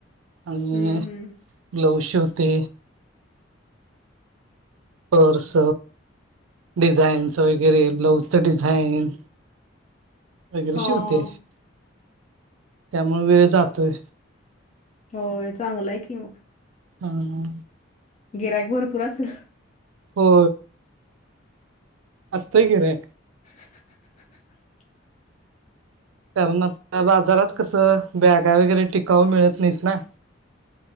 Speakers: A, on the right (about 80°); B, on the left (about 35°).
A: आणि
B: हम्म हम्म
A: ब्लाऊज शिवते पर्स डिझाईनच वगैरे ब्लाऊजचं डिझाईन वगैरे
B: हा
A: शिवते
B: हा
A: त्यामुळे वेळ जातोय
B: हो चांगलंय आहे की मग
A: हा ह
B: गिरायक भरपूर असेल
A: हो आसतय कीरे
B: हहा
A: तर मग त्या आता बाजारात कसं बॅगा वगैरे टिकाऊ मिळत नाहीत ना